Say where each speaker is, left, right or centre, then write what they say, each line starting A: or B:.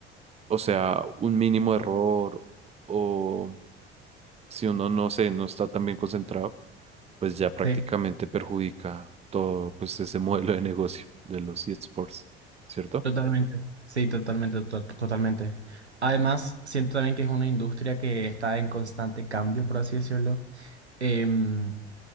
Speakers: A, on the right; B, on the right.
A: o sea, un mínimo error o si uno no sé, no está tan bien concentrado, pues ya prácticamente
B: Sí,
A: perjudica todo pues ese modelo de negocio de los eSports, ¿cierto?
B: totalmente. Sí, totalmente, to- totalmente. Además, siento también que es una industria que está en constante cambio, por así decirlo. Em,